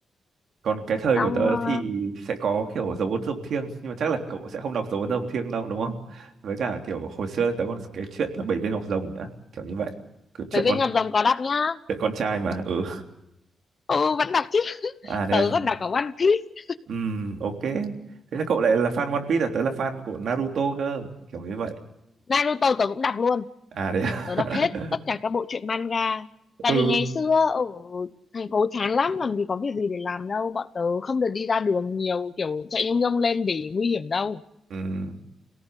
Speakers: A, on the right; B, on the left.
A: còn cái thời
B: xong
A: của tớ
B: uh,
A: thì sẽ có kiểu dấu ấn rồng thiêng nhưng mà chắc là cậu sẽ không đọc dấu ấn rồng thiêng đâu đúng không với cả kiểu hồi xưa là tớ còn cái chuyện là bảy viên ngọc rồng nữa kiểu như vậy Kiểu chuyện
B: về bên
A: con
B: ngọc rồng có đọc nhá
A: chuyện con trai mà ừ
B: ừ vẫn đọc chứ
A: à thế
B: tớ
A: à
B: còn đọc cả One Piece
A: Ừm, ok. Thế là cậu lại là fan One Piece à? Tớ là fan của Naruto cơ. Kiểu như vậy.
B: Naruto tớ cũng đọc luôn
A: À đấy à?
B: tớ đọc hết
A: <laughs>
B: tất cả các bộ truyện manga tại
A: Ừ.
B: vì ngày xưa ở thành phố chán lắm làm gì có việc gì để làm đâu bọn tớ không được đi ra đường nhiều kiểu chạy nhông nhông lên để nguy hiểm đâu
A: Ừm,